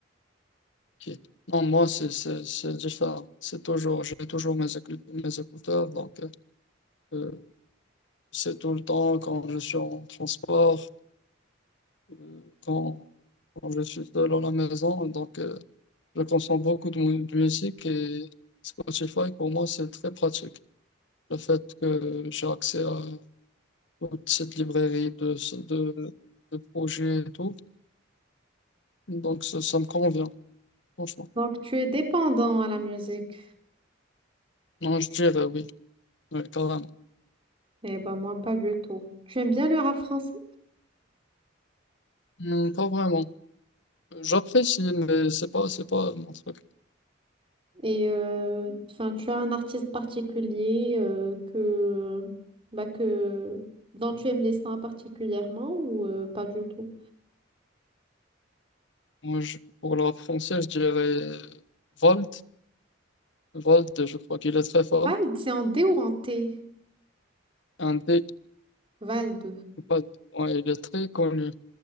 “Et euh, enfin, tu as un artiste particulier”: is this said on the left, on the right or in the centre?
Right